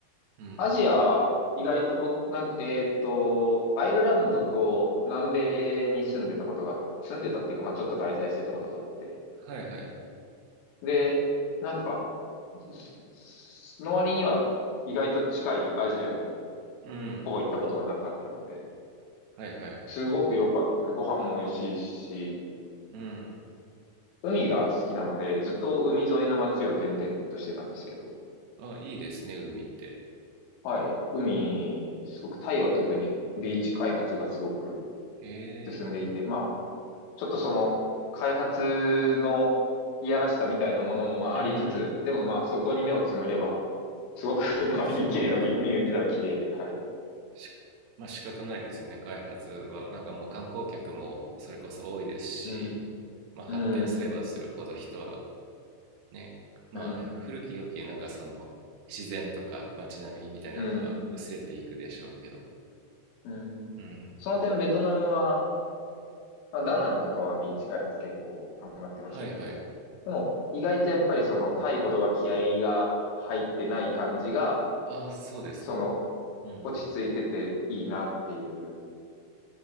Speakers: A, on the right; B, on the left.
A: うん。
B: アジア、意外と、僕、なんか、えっと、アイルランドと南米に住んでたことが、住んでたっていうか、まあちょっと滞在してたことがあって。
A: はいはい。
B: で、なんか、すすの割には意外と近いアジアに
A: うん。
B: ほぼ行ったことがなかったので、
A: はいはい。
B: すごく良かった。ご飯も美味しいし、
A: うん。
B: 海が好きなので、ずっと海沿いの街を転々としてたんですけど、
A: あ、いいですね、海って。
B: はい、海、すごく、タイは特にビーチ開発がすごく、
A: へえ。
B: 進んでいて、まあ、ちょっとその、開発のいやらしさみたいなものもまあありつつ、
A: うん。
B: でもまあそこに目をつむれば、すごく <laughs> まあいい、
A: すまあまあ、
B: 綺麗な美、海自体は綺麗。はい。
A: しまあ仕方ないですよね、開発は。なんかもう観光客もそれこそ多いですし、
B: うん。
A: まあ発展すればするほど人は
B: うん。
A: ね、まあふ古き良きなんかその自然とか街並みみたいなのは薄れていくでしょうけど。
B: うん。うん。うん。
A: うん。
B: その点ベトナムは、まあ、ダナンとかはビーチ開発結構頑張ってましたけど、
A: はいはい。
B: でも意外とやっぱりそのタイほどは気合が入ってない感じが、
A: ああ、そうですか。
B: その
A: うん。
B: 落ち着いてていいなっていう、